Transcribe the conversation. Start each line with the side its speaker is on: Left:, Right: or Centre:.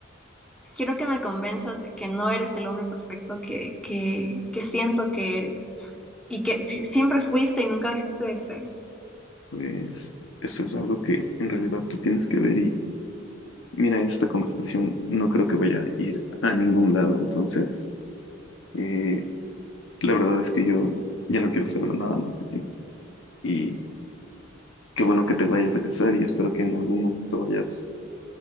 Centre: quiero que me convenzas de que no eres el hombre perfecto que, que, que siento que eres y que si- siempre fuiste y nunca dejaste de ser.
Left: Pues eso es algo que en realidad tú tienes que ver y mira, esta conversación no creo que vaya a ir a ningún lado. Entonces, eh, la verdad es que yo ya no quiero saber nada más de ti. Y qué bueno que te vayas a casar y espero que en algún momento vayas